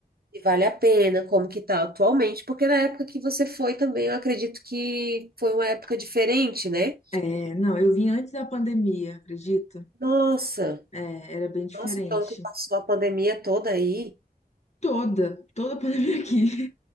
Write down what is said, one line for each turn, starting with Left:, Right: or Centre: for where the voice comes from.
Right: se vale a pena, como que tá atualmente, porque na época que você foi também, eu acredito que foi uma época diferente, né?
Left: É, não, eu vim antes da pandemia, acredita?
Right: Nossa,
Left: É, era bem diferente.
Right: nossa, então tu passou a pandemia toda aí.
Left: Toda, toda a <laughs> pandemia aqui.